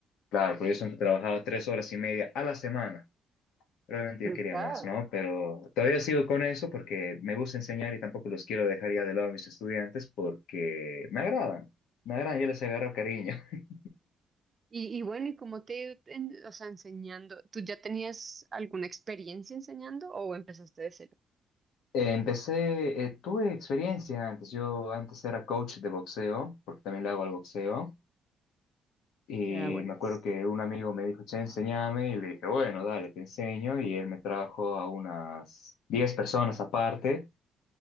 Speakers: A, on the left; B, on the right.
A: Claro, por eso he trabajado tres horas y media a la semana. Realmente
B: Brutal.
A: yo quería más, ¿no? Pero todavía sigo con eso porque me gusta enseñar y tampoco los quiero dejar ya de lado a mis estudiantes porque me agradan, me agradan, yo les agarro cariño. <laughs>
B: Y, y bueno, ¿y cómo te, ha ido en- o sea, enseñando? ¿Tú ya tenías alguna experiencia enseñando o empezaste de cero?
A: Eh, empecé, eh, tuve experiencia antes, yo antes era coach de boxeo, porque también le hago al boxeo, y
B: Ya, buenísimo.
A: me acuerdo que un amigo me dijo, che, enséñame, y le dije, bueno, dale, te enseño, y él me trajo a unas 10 personas aparte.